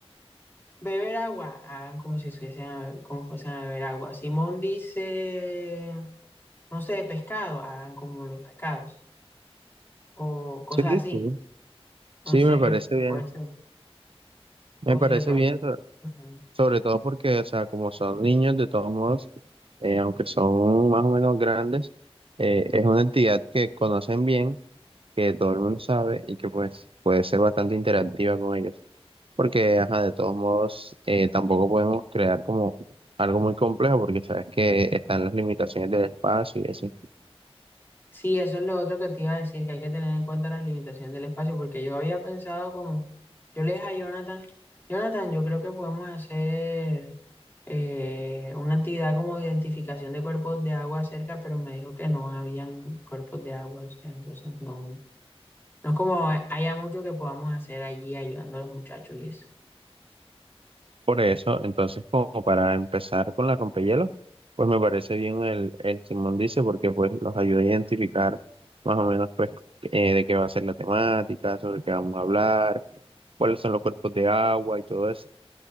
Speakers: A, on the left; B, on the right.
A: beber agua, hagan como si fuesen a, como fuesen a beber agua. Simón dice, no sé, pescado, hagan como los pescados, o cosas
B: Sí,
A: así.
B: sí.
A: No
B: Sí,
A: sé
B: me
A: qué
B: parece bien,
A: puede ser,
B: me
A: o
B: parece
A: si de pronto.
B: bien.
A: Ujú.
B: Sobre todo porque, o sea, como son niños, de todos modos, eh, aunque son más o menos grandes, eh, es una entidad que conocen bien, que todo el mundo sabe y que pues puede ser bastante interactiva con ellos. Porque, ajá, de todos modos, eh, tampoco podemos crear como algo muy complejo porque sabes que están las limitaciones del espacio y así.
A: Sí, eso es lo otro que te iba a decir, que hay que tener en cuenta las limitaciones del espacio, porque yo había pensado como, yo le dije a Jonathan, Jonathan, yo creo que podemos hacer eh, una actividad como de identificación de cuerpos de agua cerca, pero me dijo que no habían cuerpos de agua, o sea, entonces no, no es como haya mucho que podamos hacer allí ayudando a los muchachos y eso.
B: Por eso, entonces, como para empezar con la rompehielos, pues me parece bien el, el Simón dice, porque pues los ayuda a identificar más o menos pues eh, de qué va a ser la temática, sobre qué vamos a hablar, cuáles son los cuerpos de agua y todo eso.